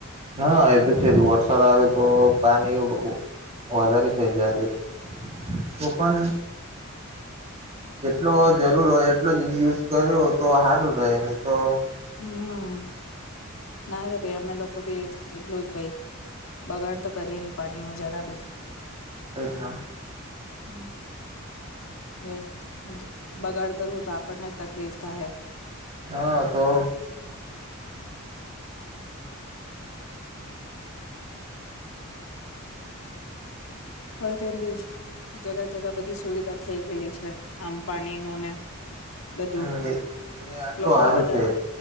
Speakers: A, on the right; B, on the left.
A: હા, એતો છેજ, વરસાદ આવે તો પાણી વધારે <unintelligible> ઓપન જેટલો જરૂર હોય એટલો જ યુઝ કર્યો હોય તો સારું રહે, નીતો
B: હમ્મ. ના રે ભાઈ અમે લોકો. ભી એટલું જ ભાઈ બગાડ તો કરીએ નહી પાણી નું જરા બી.
A: એજના.
B: હમ્મ. <unintelligible> બગાડ કરવું તો આપણને તકલીફ થાહે.
A: હા તો.
B: હવે તેમ બી જગા જગા બધી સુવિધા થઈ ગયેલી છે આમ પાણી નુ ને. બધું
A: હા એ આટલું
B: લોકો
A: સારું
B: બધા
A: છે